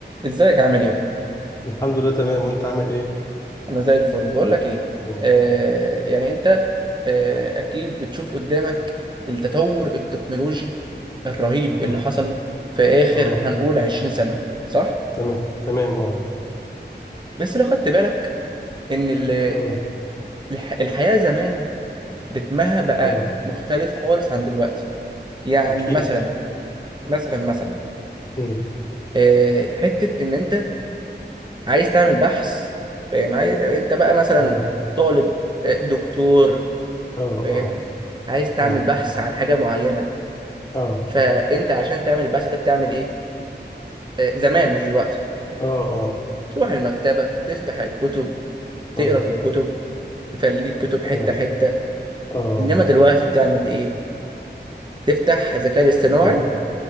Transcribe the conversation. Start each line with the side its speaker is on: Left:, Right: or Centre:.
Right: ازيك عامل ايه؟
Left: الحمد لله تمام وانت عامل ايه
Right: انا زي الفل بقول لك ايه
Left: تمام
Right: آه يعني انت آه اكيد بتشوف قدامك التطور التكنولوجي الرهيب
Left: اه
Right: اللي حصل في اخر
Left: اه
Right: هنقول 20
Left: اه
Right: سنة صح؟
Left: تمام تمام اه
Right: بس لو خدت بالك ان ال-
Left: اه
Right: الح الحياة زمان رتمها بقى
Left: اه
Right: مختلف خالص عن دلوقتي يعني
Left: اكيد
Right: مثلا مثلا مثلا
Left: امم
Right: آه حتة ان انت عايز تعمل بحث فاهم عايز انت بقى مثلا
Left: اه
Right: طالب آه، دكتور
Left: اه
Right: فاهم
Left: اه
Right: عايز تعمل
Left: اه
Right: بحث عن حاجة معينة
Left: اه
Right: فأنت عشان تعمل البحث ده بتعمل إيه؟ آه، زمان مش دلوقتي
Left: اه اه
Right: بتروح المكتبة تفتح الكتب تقرا
Left: اه
Right: في الكتب تفليك كتب
Left: اه
Right: حتة حتة
Left: اه
Right: إنما دلوقتي بتعمل إيه؟ تفتح ذكاء اصطناعي
Left: اه